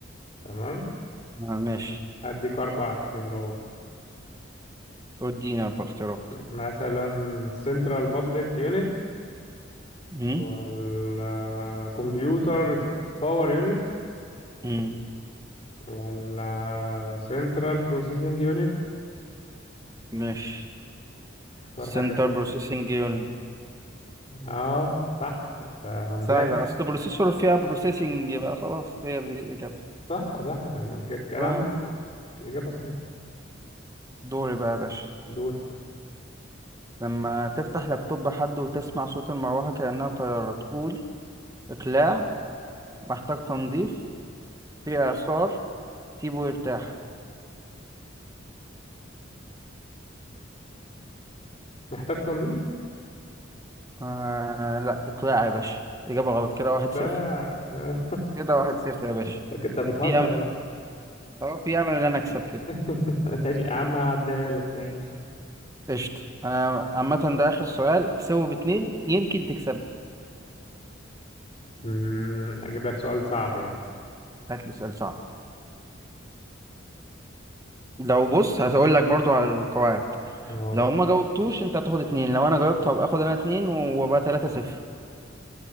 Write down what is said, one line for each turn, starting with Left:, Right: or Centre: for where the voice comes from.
Left: تمام
Right: آه ماشي
Left: هديك اربع اختيارات
Right: اديني أربع اختيارات
Left: مثلا سنترال بابليك يونت
Right: مم؟
Left: ولا كمبيوتر باور يونت
Right: مم.
Left: ولا سنترال بروسيسنج يونت
Right: ماشي
Left: اختار حاجة
Right: سنتر
Left: فيهم
Right: بروسيسنج يونت
Left: اه صح انت مذاكر
Right: سهلة أصل بروسيسور فيها بروسيسنج يبقى خلاص هي دي الإجابة
Left: صح صح الكلام
Right: اه
Left: إجابة صحيحة
Right: دوري بقى يا باشا
Left: دورك
Right: لما تفتح لابتوب حد وتسمع صوت المروحة كأنها طيارة تقول إقلاع محتاج تنظيف في إعصار سيبه يرتاح
Left: <laughs> محتاج تنظيف
Right: آه لا إقلاع يا باشا إجابة غلط كده واحد
Left: لا
Right: صفر
Left: <laughs>
Right: كده واحد صفر يا باشا
Left: لكن انت بتهزر
Right: في أمل
Left: بقى
Right: أه في أمل إن أنا أكسب كده
Left: <laughs> ماشي يا عم هعديها لك ماشي
Right: قشطة أنا عامة ده آخر سؤال سيبه باتنين يمكن تكسب
Left: مم، أجيب لك سؤال صعب يعني
Right: هات لي سؤال صعب لو بص هقول لك برضو على القواعد
Left: أهو
Right: لو ما جاوبتوش أنت هتاخد اتنين لو أنا جاوبت هبقى آخد أنا اتنين وأبقى تلاتة صفر